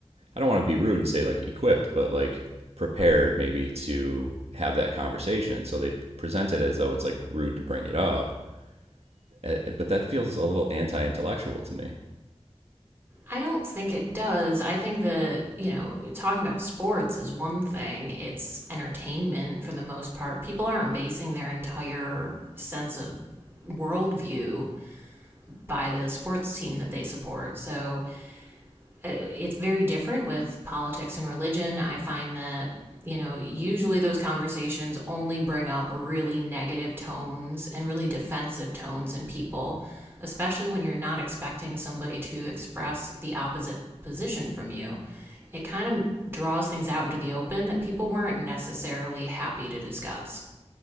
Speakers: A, on the right (about 65°); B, on the right (about 20°).
A: I don't want to be rude and say like equipped, but like prepared maybe to have that conversation. So they present it as though it's like rude to bring it up. Eh, But that feels a little anti intellectual to me.
B: I don't think it does. I think that, you know, talking about sports is one thing, it's entertainment for the most part. People aren't basing their entire sense of worldview by the sports team that they support. So uh, it's very different with politics and religion. I find that, you know, usually those conversations only bring up really negative tones and really defensive tones in people, especially when you're not expecting somebody to express the opposite position from you. It kind of draws things out into the open that people weren't necessarily happy to discuss.